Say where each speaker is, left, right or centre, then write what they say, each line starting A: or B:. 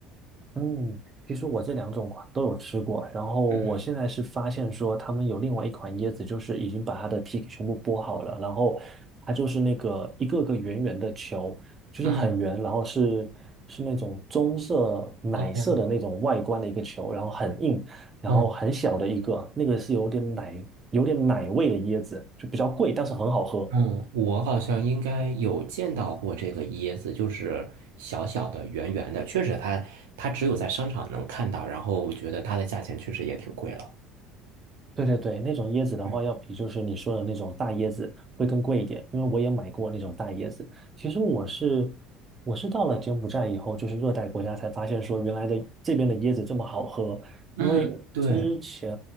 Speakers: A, on the right; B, on the right.
A: 嗯，其实我这两种款都有吃过，然后我现在是发现说他们有另外一款椰子，
B: 嗯
A: 就是已经把它的皮给全部剥好了，然后它就是那个一个个圆圆的球，就是很圆，
B: 嗯，
A: 然后是是那种棕色奶色的那种外观的一个球，
B: 哦，
A: 然后很硬，然后很小的一个，
B: 嗯
A: 那个是有点奶有点奶味的椰子，就比较贵，但是很好喝。
B: 嗯，我好像应该有见到过这个椰子，就是小小的、圆圆的，确实它它只有在商场能看到，然后我觉得它的价钱确实也挺贵了。
A: 对对对，那种椰子的话，
B: 嗯
A: 要比就是你说的那种大椰子会更贵一点，因为我也买过那种大椰子。其实我是我是到了柬埔寨以后，就是热带国家才发现说原来的这边的椰子这么好喝。
B: 嗯，
A: 因为之前
B: 对，